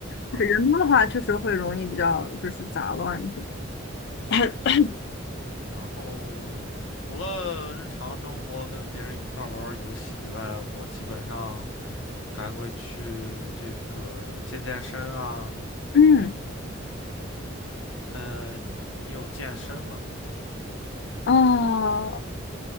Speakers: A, on the left; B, on the left.
A: 了啊。
B: 就是人多的话，确实会容易比较就是杂乱一些。
A: 嗯，
B: <laughs>
A: 确实是这样。然后除了日常生活跟别人一块儿玩玩游戏以外，我基本上还会去这个健健身啊。
B: <coughs> 嗯。
A: 呃，你有健身吗？
B: 哦，